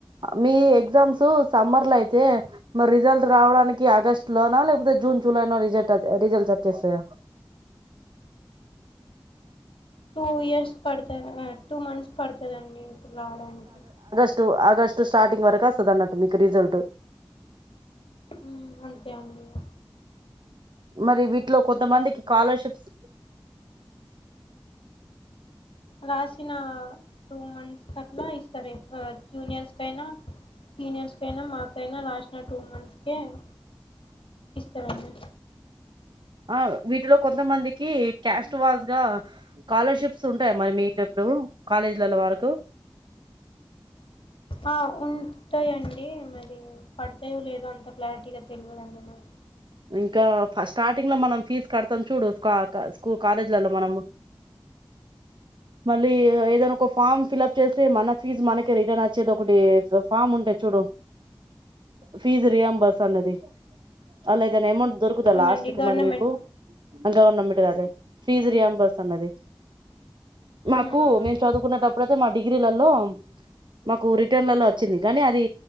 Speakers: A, on the right; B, on the left.
A: మీ ఎగ్జామ్స్ సమ్మర్ లో అయితే మరి రిజల్ట్ రావడానికి ఆగస్ట్ లోన లేకపోతే జూన్ జూలైలో రిజల్ట్ రిజల్ట్ చచ్చేస్తాయా
B: టూ ఇయర్స్ పడత టూ మంత్స్ పడుతుందండి ఇప్పుడు రావడానికి
A: స్టు ఆగస్టు స్టార్టింగ్ వరకు వస్తది అన్నట్టు మీకు రిజల్ట్
B: ఉ అంతే అండి ఇగ
A: మరి వీటిలో కొంతమందికి స్కాలర్షిప్స్
B: రాసిన టూ మంత్స్ కట్లా ఇస్తారు జూనియర్స్ తైనా సీనియర్స్ మీకైనా మాకైనా రాసిన టూ మంత్స్ ఓక ఇస్తారండి
A: అవు వీటిలో కొంతమందికి క్యాస్ట్ వాజ్ గా స్కాలర్షిప్స్ ఉంటాయి మరి మీకు ఇప్పుడు కాలేజీలలో వరకు
B: అ ఉంటాయండి మరి పడ్డాయో లేదో అంత క్లారిటీగా తెల్వదండి నాకు
A: ఇంకా స్టార్టింగ్ లో మనం ఫీజ్ కడతం చూడు స్కా కాశ కాలేజ్లలో మనం మళ్ళీ ఏదైనా ఒక ఫామ్ ఫీలఫ్ చేసి మన ఫీజ్ మనకే రిటర్న్ వచ్చేది ఒకటి ఫామ్ ఉంటే చూడు ఫీజ్ రియాబస్ అన్నది అలా ఏదైనా అమౌంట్ దొరుకుత్ కుదా
B: అవునండి
A: లాస్ట్ కి
B: గవర్నమెంట్
A: మరి మీకు అది గవర్నమెంట్ కాదే ఫీజ్ రియాంబర్స్ అన్నది మాకు
B: ఉమ్ అవునండి
A: మేము చదువుకున్నటప్పుడు అయితే మా డిగ్రీలలో మాకు రిటర్న్లల వచ్చింది కానీ అది